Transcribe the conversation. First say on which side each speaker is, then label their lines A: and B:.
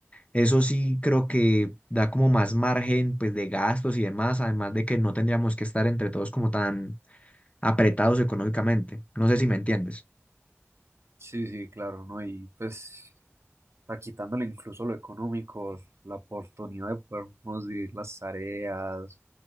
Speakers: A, on the left; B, on the right.
A: eso sí creo que da como más margen pues de gastos y demás, además de que no tendríamos que estar entre todos como tan apretados económicamente. No sé si me entiendes.
B: Sí, sí, claro, ¿no? Y pues, a quitándole incluso lo económico, la oportunidad de podernos dividir las tareas,